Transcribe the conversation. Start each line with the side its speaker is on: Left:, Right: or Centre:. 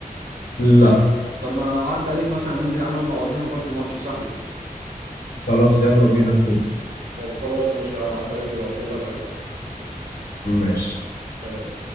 Left: لا
Right: طب ما اعدي عليك مثلا وننزل يا عم نقعد مع بعضينا لغايه الماتش سهل
Left: خلاص يلا بينا يا اخوي
Right: طب خلاص ماشي اعدي عليك دلوقتي يلا جهز بقى
Left: ماشي
Right: سلام